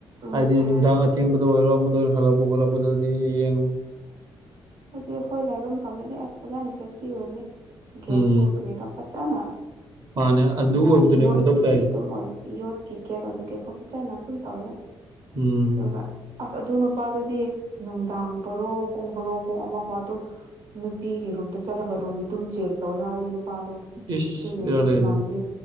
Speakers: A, on the right (about 80°); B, on the right (about 50°).
A: ꯎꯝ
B: ꯍꯥꯏꯗꯤ ꯅꯨꯡꯗꯥꯡ ꯑꯊꯦꯡꯕꯗ ꯑꯣꯏꯔꯣ ꯑꯃꯗ ꯑꯣꯏꯔꯣ ꯍꯜꯂꯛꯄ ꯈꯂꯄꯗꯗꯤ ꯌꯦ ꯌꯦꯡꯉꯣ
A: ꯍꯧꯛꯖꯤꯛ ꯑꯩꯈꯣꯏ ꯂꯥꯏꯕ ꯐꯐꯝꯅꯗꯤ ꯑꯁ ꯐꯖꯅ ꯁꯦꯐꯇꯤ ꯑꯣꯏꯕꯅꯤ ꯒꯦꯇ
B: ꯎꯝ
A: ꯆꯣ ꯀꯦꯔ ꯄꯆꯅ
B: ꯃꯥꯅꯦ
A: ꯀ
B: ꯑꯗꯨ ꯑꯣꯏꯕꯗꯨꯅꯦ
A: ꯌꯣꯠꯀꯤ
B: ꯃꯊꯧ ꯇꯥꯏꯁꯦ
A: ꯑꯗꯨꯝ ꯌꯣꯠꯀꯤ ꯒꯦꯠ ꯑꯣꯏꯕꯒꯦꯀꯣ ꯆꯅ ꯑꯗꯨꯝ ꯇꯧꯋꯤꯗ
B: ꯎꯝ
A: ꯑꯗꯨꯒ ꯑꯁ ꯑꯗꯨꯅ ꯅꯨꯄꯥꯗꯨꯗꯤ ꯅꯨꯡꯗꯥꯡ ꯕꯣꯔꯣ ꯄꯨꯡꯕꯣꯔꯣ ꯄꯨꯡ ꯑꯃ ꯐꯥꯎ ꯑꯗꯨꯝ ꯅꯨꯄꯤꯒꯤ ꯔꯨꯝꯗ ꯆꯠꯂꯒ ꯔꯨꯝ ꯑꯗꯨꯝ ꯆꯦꯛ ꯇꯧꯋꯦ ꯍꯥꯏ ꯅꯨꯄꯥꯗꯣ
B: ꯏꯁ
A: ꯑꯗꯨꯒꯤ
B: ꯕꯦꯔꯥ ꯂꯩ
A: ꯏꯃꯥꯟꯕꯤ
B: ꯑꯗꯨꯗꯤ